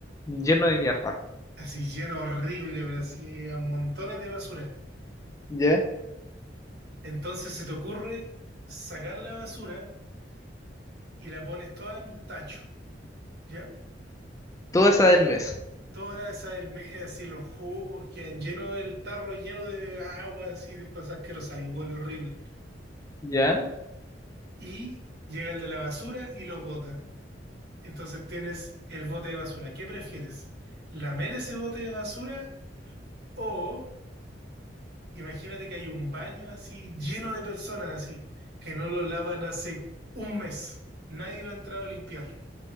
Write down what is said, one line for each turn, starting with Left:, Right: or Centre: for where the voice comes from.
Left: Lleno de mierda.
Right: Así lleno horrible, pero así a montones de basura.
Left: Ya.
Right: Entonces se te ocurre sacar la basura y la pones toda en un tacho, ¿ya?
Left: Toda esa del mes.
Right: Todas esas almejas y los jugos quedan llenos del tarro, lleno de agua, así de cosas asquerosas y huele horrible.
Left: Ya.
Right: Y llega el de la basura y lo bota. Entonces tienes el bote de basura. ¿Qué prefieres? ¿Lamer ese bote de basura o imagínate que hay un baño así lleno de personas así que no lo lavan hace un mes? Nadie lo ha entrado a limpiar.